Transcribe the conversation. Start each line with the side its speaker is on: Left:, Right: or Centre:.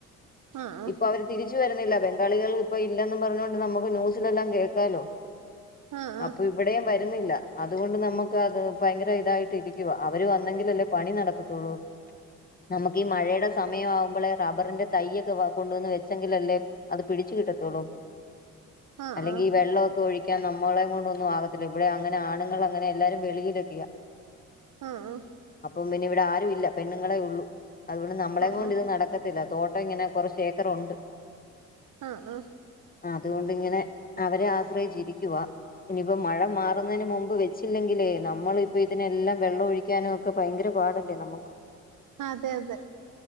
Right: ആഹ്
Left: ഇപ്പൊ അവര് തിരിച്ചു വരുന്നില്ല. ബംഗാളികൾ ഇപ്പൊ ഇല്ലന്നും പറഞ്ഞൊണ്ട് നമുക്ക് ന്യൂസിലെല്ലാം കേൾക്കാലോ.
Right: ആഹ്
Left: അപ്പൊ ഇവിടെയും വരു തില്ല. അതുകൊണ്ട് നമ്മക്ക് അത് ഭയങ്കര ഇതായിട്ട് ഇരിക്കുവ. അവര് വന്നെങ്കില് അല്ലേ പണി നടക്കത്തുള്ളൂ. നമുക്ക് ഈ മഴയുടെ സമയാവുമ്പളേ റബ്ബറിന്റെ തയ്യൊക്കെ വ കൊണ്ടുവന്ന് വെച്ചെങ്കിലല്ലേ അത് പിടിച്ച് കിട്ടത്തോള്ളൂ.
Right: ആഹ് ആഹ്
Left: അല്ലെങ്കി ഈ വെള്ള ഒക്കെ ഒഴി- ക്കാൻ നമ്മളെ കൊണ്ട് ഒന്നും ആകത്തില്ല. ഇവിടെ അങ്ങനെ ആണുങ്ങൾ അങ്ങന എല്ലാരും വെിയിലൊക്കെയാ.
Right: ആഹ് അ
Left: പിന്നെ ഇവിടെ ആരു ഇല്ല. പെണ്ണുങ്ങളെ ഉള്ളു അതുകൊണ്ട് നമ്മളെ
Right: ആഹ്
Left: കൊണ്ട്
Right: ആഹ്
Left: ഇത് നടക്കത്തില്ല. തോട്ടം ഇങ്ങനെ കൊറച്ച് ഏക്കറ ഉണ്ട്.
Right: അഹ് അ
Left: അതുകൊണ്ടിങ്ങനെ അവരെ ആശ്രയിച്ചിരിക്കുവാ. ഇനി പ്പം മഴ മാറുന്നതിന് മുമ്പ് വെച്ചില്ലെങ്കിലേ നമ്മളിപ്പ ഇതിനെല്ലാം വെള്ളം ഒഴിക്കാനും ഒക്കെ ഭയങ്കര പാടല്ലേ നമ്മുക്ക്
Right: അതെ അതെ